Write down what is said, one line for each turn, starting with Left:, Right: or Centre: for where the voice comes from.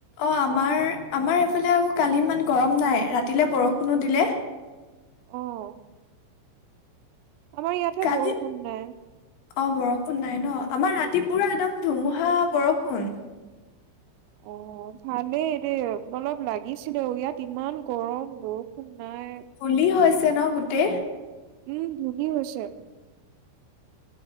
Left: অ আমাৰ আমাৰ এইফালে আকৌ কালি ইমান গৰম নাই ৰাতিলে বৰষুণো দিলে
Right: অহ আমাৰ ইয়াতহে
Left: কালি
Right: বৰষুণ নাই
Left: অ বৰষুণ নাই ন আমাৰ ৰাতিপুৰা একদম ধুমুহা বৰষুণ
Right: অ ভালেই দে অলপ লাগিছিলে ইয়াত ইমান গৰম বৰষুণ নাই।
Left: ধুলি হৈছে ন গোটেই
Right: উম ধুলি হৈছে